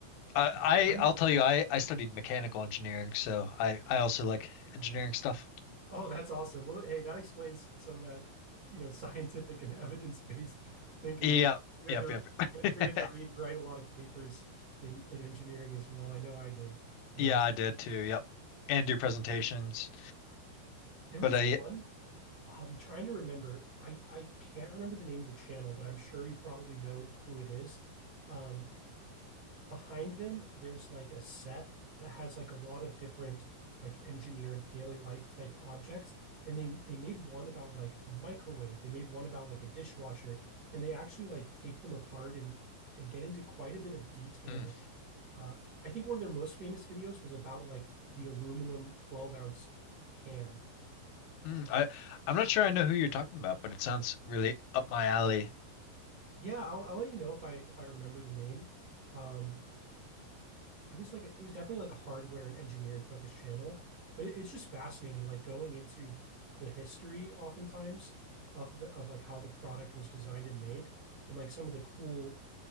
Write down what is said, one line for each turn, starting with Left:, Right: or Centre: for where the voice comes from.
Left: I,
Right: one.
Left: I I'll tell you, I I studied mechanical engineering, so I I also like engineering stuff.
Right: Oh, that's awesome. Well, hey, that explains some of that, you know, <laughs> scientific and evidence-based thinking
Left: Yeah,
Right: because we
Left: yep,
Right: had to
Left: yep. <laughs>
Right: we had to we had to read and write a lot of papers in in engineering as well. I know I did when
Left: Yeah,
Right: I was
Left: I
Right: in,
Left: did too. Yep, and do presentations.
Right: there
Left: But
Right: was
Left: I
Right: one I'm trying to remember. I I can't remember the name of the channel, but I'm sure you probably know who it is. Um, behind them, there's like a set that has like a lot of different like engineered daily life type objects. And they they made one about like a microwave. They made one about like a dishwasher. And they actually like take them apart and and get into quite a bit of detail.
Left: mm,
Right: Uh, I think one of their most famous videos was about like the aluminum 12 ounce can.
Left: mm, I I'm not sure I know who you're talking about, but it sounds really up my alley.
Right: Yeah, I'll I'll let you know if I if I remember the name. Um, it was like a, it was definitely like a hardware and engineering focused channel, but it, it's just fascinating, like going into the history oftentimes of the of like how the product was designed and made, and like some of the cool